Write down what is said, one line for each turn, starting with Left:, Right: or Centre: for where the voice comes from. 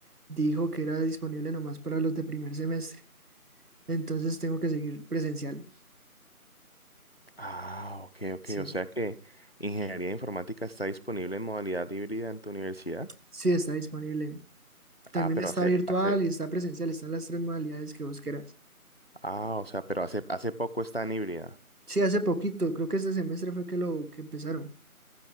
Right: dijo que era disponible nomás para los de primer semestre. Entonces tengo que seguir presencial.
Left: Ah, ok, ok.
Right: Sí,
Left: O sea que ingeniería informática está disponible en modalidad híbrida en tu universidad.
Right: sí está disponible. También
Left: Ah, pero
Right: está
Left: hace,
Right: virtual
Left: hace,
Right: y está presencial, están las tres modalidades que vos querás.
Left: ah, o sea, pero hace, hace poco está en híbrida.
Right: Sí, hace poquito, creo que este semestre fue que lo que empezaron.